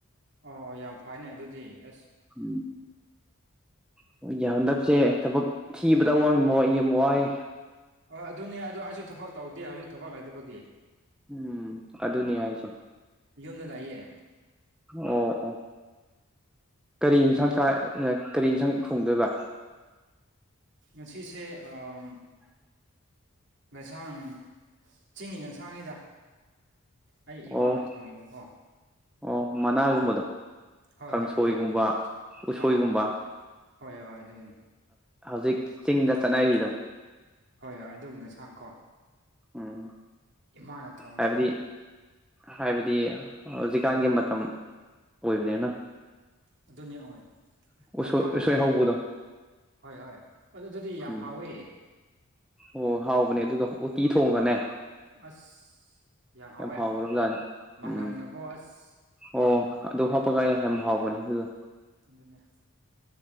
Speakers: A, on the right; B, in the centre.
A: ꯑꯣ ꯌꯥꯝ ꯐꯅꯦ ꯑꯗꯨꯗꯤ ꯑꯁ꯫
B: ꯎꯝ꯫ ꯑꯩꯈꯣꯏꯒꯤ ꯍꯟꯗꯛꯁꯦ ꯊꯕꯛ ꯊꯤꯕꯗ ꯑꯋꯥꯕ ꯃꯣꯏ ꯌꯥꯝ ꯋꯥꯏꯌꯦ꯫
A: ꯍꯣꯏ ꯑꯗꯨꯅꯦ ꯑꯗꯨ ꯑꯩꯁꯨ ꯊꯕꯛ ꯇꯧꯗꯦ ꯍꯧꯖꯤꯛ ꯊꯕꯛ ꯂꯩꯇꯕꯒꯤ꯫
B: ꯎꯝ ꯑꯗꯨꯅꯤ ꯍꯥꯏꯁꯦ꯫
A: ꯌꯨꯝꯗ ꯂꯩꯌꯦ꯫
B: ꯑꯣ ꯑꯣ ꯀꯔꯤ ꯏꯟꯁꯥꯡ ꯆꯥꯏ ꯀꯔꯤ ꯏꯟꯁꯥꯡ ꯊꯣꯡꯗꯣꯏꯕ꯫
A: ꯉꯁꯤꯁꯦ ꯑꯝ ꯉꯁꯥꯡ ꯆꯤꯡꯒꯤ ꯉꯁꯥꯡꯉꯤꯗ ꯑꯩ ꯏꯃꯥꯅ
B: ꯑꯣ
A: ꯊꯣꯡꯉꯦꯕꯀꯣ꯫
B: ꯑꯣ ꯃꯅꯥꯒꯨꯝꯕꯗꯣ꯫
A: ꯍꯣꯏ
B: ꯀꯥꯡꯁꯣꯏꯒꯨꯝꯕ
A: ꯍꯣꯏ ꯃꯅꯥꯒꯨꯝꯅ
B: ꯎꯁꯣꯏꯒꯨꯝꯕ
A: ꯑꯥ ꯑꯥ ꯍꯣꯏ ꯍꯣꯏ ꯍꯣꯏ ꯑꯗꯨꯅꯤ꯫
B: ꯍꯧꯖꯤꯛ ꯆꯤꯡꯗ ꯆꯠꯅꯔꯤꯗꯣ꯫
A: ꯍꯣꯏ ꯍꯣꯏ ꯑꯗꯨꯒꯤ ꯉꯁꯥꯡ ꯀꯣ꯫
B: ꯎꯝ
A: ꯏꯃꯥꯅ ꯊꯣꯡꯂꯛꯏ
B: ꯍꯥꯏꯕꯗꯤ ꯍꯥꯏꯕꯗꯤ ꯍꯧꯖꯤꯛꯀꯥꯟꯒꯤ ꯃꯇꯝ ꯑꯣꯏꯕꯅꯤꯅ꯫
A: ꯑꯗꯨꯅꯤ ꯑꯣꯏ꯫ ꯇꯝꯄꯥꯛꯇ
B: ꯎꯁꯣꯏ ꯎꯁꯣꯏ
A: ꯂꯥꯛꯑꯦ
B: ꯍꯧꯕꯗꯣ
A: ꯍꯣꯏ ꯍꯣꯏ ꯑꯗꯨꯗꯤ ꯌꯥꯝ
B: ꯎꯝ
A: ꯍꯥꯎꯋꯤ꯫
B: ꯑꯣ ꯍꯥꯎꯕꯅꯦ ꯑꯗꯨꯗꯣ ꯎꯇꯤ ꯊꯣꯡꯉꯅꯦ꯫
A: ꯑꯁ ꯌꯥꯝ ꯍꯥꯎꯋꯦ
B: ꯍꯥꯎꯈ꯭ꯔꯕꯖꯥꯠꯅꯤ
A: ꯃꯪꯒꯟꯒꯀꯣ
B: ꯎꯝ
A: ꯑꯁ꯫
B: ꯑꯣ ꯑꯗꯨ ꯍꯥꯞꯄꯒ ꯌꯥꯝ ꯍꯥꯎꯕꯅꯦ ꯑꯗꯨꯗꯣ꯫
A: ꯑꯗꯨꯅꯦ꯫